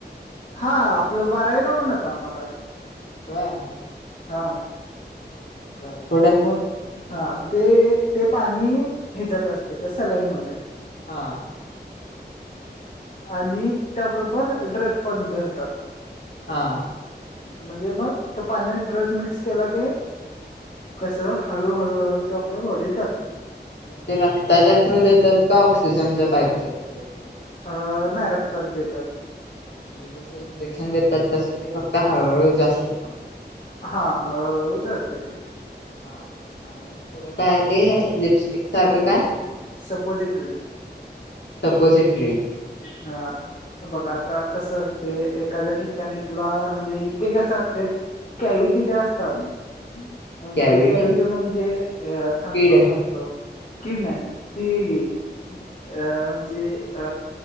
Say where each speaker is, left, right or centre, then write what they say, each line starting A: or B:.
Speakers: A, on the left (about 45°); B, on the left (about 80°).
A: हा आपलं बारावीला पण होतं आम्हाला हे.
B: होय.
A: हा.
B: बरं.
A: म, हा म ते ते पाणी ह्याच्यात असतय त्या सलाईनमध्ये.
B: हा.
A: आणि त्याबरोबर ड्रग पण घालतात.
B: हा.
A: म्हणजे म त पाण्यात ड्रग मिक्स केला की. कसं हळूहळूहळू तो आपल्या बॉडीत जातोय.
B: ग ते रक्ताच्या थ्रू देतात का ऑक्सिजनच्या पाईप च्या थ्रू देतात.
A: अ नाही रक्तात देतात.
B: म्हणजे जसं इंजेक्शन देतात तसं ते फक्त हळूहळू जास्त प्रमाणात.
A: हा हळूहळू गळतय ते.
B: हा आणि पुढं काय ते लिपस्टिक सारखं काय?
A: सपोजिटरली
B: सपोजिटरी
A: हा
B: हा
A: बघ आता कसं असते एखाद्या ठिकाणी तुला म्हणजे ते कसं असतयं. कॅव्हिटी ज्या असतात. म्हणजे
B: कॅविटी
A: कॅव्हिटी म्हणजे थांब
B: किड
A: तुला सांगतो किड नाही ती अ म्हणजे अ